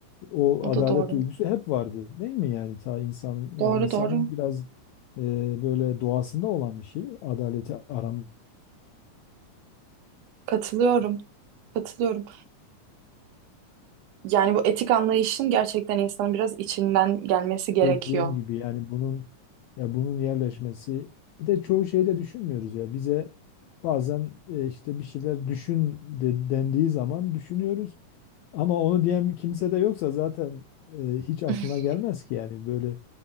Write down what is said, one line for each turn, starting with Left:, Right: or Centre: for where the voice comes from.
Left: o
Right: O
Left: adalet
Right: da doğru.
Left: duygusu hep vardı değil mi yani ta insan yani
Right: Doğru,
Left: insanın
Right: doğru.
Left: biraz e, böyle doğasında olan bir şey adaleti aram
Right: Katılıyorum. Katılıyorum. Yani bu etik anlayışın gerçekten insanın biraz içinden gelmesi gerekiyor.
Left: dediğim gibi yani bunun ya bunun yerleşmesi bir de çoğu şeyi de düşünmüyoruz ya bize bazen e, işte bir şeyler düşün de, dendiği zaman düşünüyoruz ama onu diyen kimse de yoksa zaten e, hiç aklına
Right: <laughs>
Left: gelmez ki yani böyle